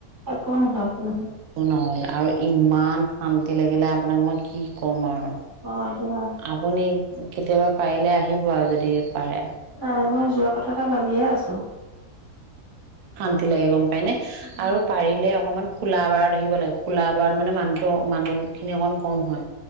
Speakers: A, on the right (about 20°); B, on the right (about 75°).
A: একো নহয়, একো নহয়।
B: আৰু ইমান শান্তি লাগিলে, আপোনাক মই কি কম আৰু।
A: হয় দিয়া
B: আপুনি কেতিয়াবা পাৰিলে আহিব আৰু যদি পাৰে
A: নাই মই যোৱা কথা এটা ভাবিয়ে আছো
B: <unintelligible> হয় নে
A: উম
B: আৰু পাৰিলে অকমান খোলা‌ বাৰত আহিব লাগে, খোলা বাৰত মানে মানুহটো মানুহ খিনি অকন কম হয়।